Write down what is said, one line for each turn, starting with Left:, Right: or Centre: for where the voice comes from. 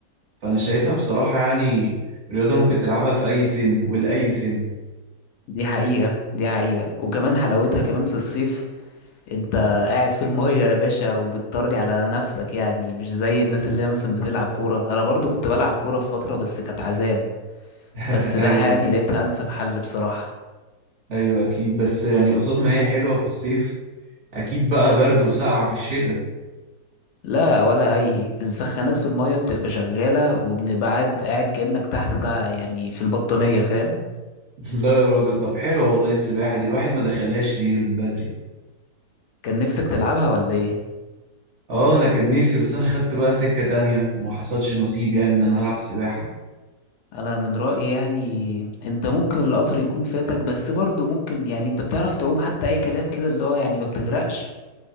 Right: فانا شايفها بصراحه يعني رياضه ممكن تلعبها في اي سن ولاي سن
Left: دي حقيقه دي حقيقه وكمان حلاوتها كمان في الصيف انت قاعد في المية يا باشا وبتطري على نفسك يعني مش زي الناس اللي هي مثلا بتلعب كورة انا برضو كنت بلعب كورة في فترة بس كانت عذاب
Right: <laughs>
Left: فالسباحة
Right: ايوه
Left: يعني لقيتها انسب حل بصراحة
Right: ايوه اكيد بس يعني قصاد ما هي حلوه في الصيف اكيد بقى برد وسقعة في الشتاء
Left: لا ولا اي السخانات في المية بتبقى شغالة وبنبعد قاعد كأنك تحت بقى يعني في البطانية فاهم
Right: <laughs> لا يا راجل طب حلو والله السباحة دي الواحد ما دخلهاش ليه من بدري
Left: كان نفسك تلعبها ولا ايه
Right: اه انا كان نفسي بس انا خدت بقى سكة تانية وما حصلش نصيب يعني ان انا العب سباحة
Left: انا من رأيي يعني انت ممكن القطر يكون فاتك بس برضو ممكن يعني انت بتعرف تعوم حتى اي كلام كده اللي هو يعني ما بتغرقش